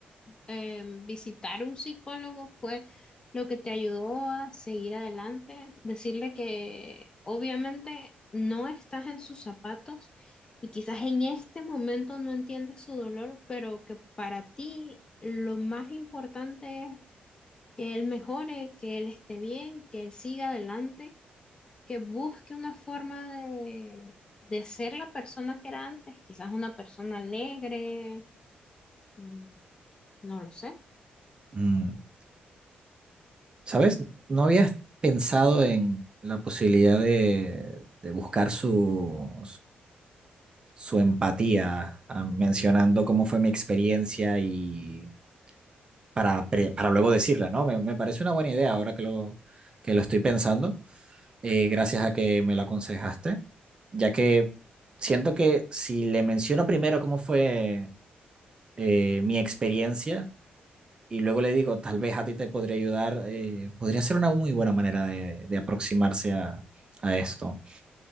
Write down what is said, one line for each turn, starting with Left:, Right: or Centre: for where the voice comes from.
Left: eh, visitar un psicólogo fue lo que te ayudó a seguir adelante, decirle que obviamente no estás en sus zapatos y quizás en este momento no entiendes su dolor, pero que para ti lo más importante es que él mejore, que él esté bien, que él siga adelante, que busque una forma de, de ser la persona que era antes, quizás una persona alegre, mm, no lo sé.
Right: Mm, ¿Sabes? No habías pensado en la posibilidad de, de buscar su, su empatía, ah, mencionando cómo fue mi experiencia y para, pre- para luego decirla, ¿no? Me, me parece una buena idea ahora que lo, que lo estoy pensando, eh, gracias a que me lo aconsejaste, ya que siento que si le menciono primero cómo fue eh, mi experiencia y luego le digo, tal vez a ti te podría ayudar, eh, podría ser una muy buena manera de, de aproximarse a, a esto.